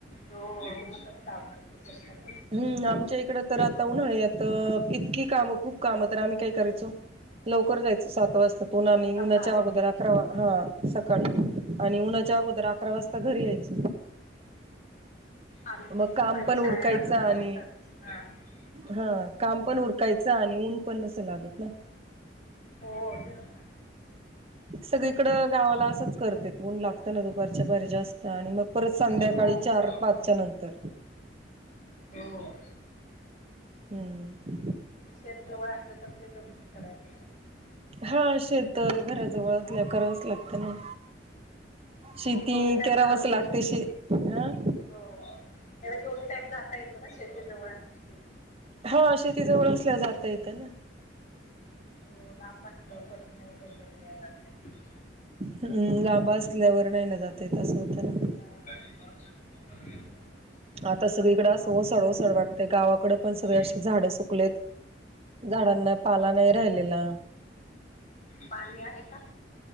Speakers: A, on the left; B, on the right.
A: हो का असते स
B: हम्म आमच्या इकड तर आता उन्हाळी आता इतकी काम खूप काम तर आम्ही काय करायचो लवकर जायचं सात वाजता प आ्ही
A: सकाळी
B: उन्हाच्या अगोदर अकरा हा सकाळी आणि उन्हाच्या अगोदर अकरा वाजता घरी यायच
A: आम्ही
B: मग
A: पण
B: काम
A: पहिले
B: उरकायचं
A: शाळेत
B: आणि
A: तसच करायच ह
B: हा काम पण उरकायचं आणि ऊन पण अससं लागत ना
A: हो तेच ना
B: सगळीकड गावाला असंच करते म्हन लागत दुपारच्या पाहिजे असत आणि मग परत संध्याकाळी
A: हो हो
B: चार पाचच्या नंतर
A: हो
B: हम्म
A: शेतजव असत तर ते जमते करावे
B: हा शेत घराजवळ असल्या करावच लागत ना शेती
A: तर दोन्ही टाइम
B: करावाच
A: जाऊ
B: लागते
A: शकतोय.
B: शे हं
A: हो त्या दोन्ही टाईम जाता येतं ना शेती जवळ असते की
B: हा अशी ति जवळ असल्या जाता येते ना
A: हो लांबच ल करत नाही पणया जात नाही
B: हम लांब असल्यावर नाही ना जातय त असं होतं ना
A: पहिली बार जे पकडा
B: आता सगळीकडे अस सडव सड वाटतते
A: गलती
B: गावाकडडे पण सगळे असे झाडं सुकलेत झाडांना पाला नाही राहिलेला
A: पाणी आहे का